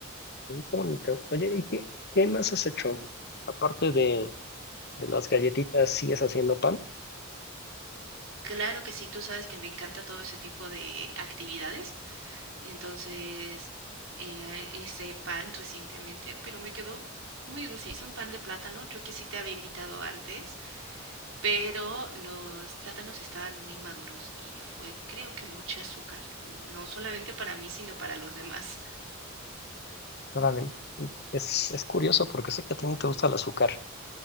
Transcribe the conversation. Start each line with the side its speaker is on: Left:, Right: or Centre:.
Left: Oye, bonito. Oye, ¿y qué, qué más has hecho? Aparte de, de las galletitas, ¿sigues haciendo pan?
Right: Claro que sí, tú sabes que me encanta todo ese tipo de actividades. Entonces, eh, hice pan recientemente, pero me quedó muy dulce. Hice un pan de plátano, yo que sí te había invitado antes, pero los plátanos estaban muy maduros y fue creo que mucha azúcar, no solamente para mí, sino para los demás.
Left: Órale. Es, es curioso porque sé que a ti no te gusta el azúcar.